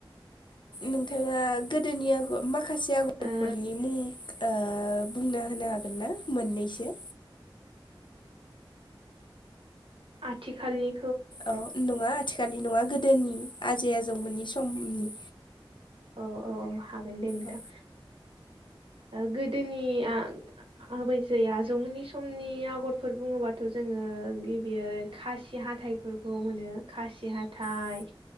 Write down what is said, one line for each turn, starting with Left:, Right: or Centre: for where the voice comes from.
Left: नोंथाङा गोदोनि आगर माखासे आगरफोरनि
Right: ओ
Left: मुं ओ बुंना होनो हागोन ना मोननैसो?
Right: आथिखालनि
Left: औ नङा आथिखालनि नङा गोदोनि आजै आजौमोननि समनि।
Right: औ औ हागोन दे नोंथां।
Left: औ
Right: ओ गोदोनिया आबै जै आजौमोननि समनि आगरफोर बुङोबाथ' जोङो गिबियो खासि हाथायफोरखौ मोनो खासि हाथ थाय
Left: खासि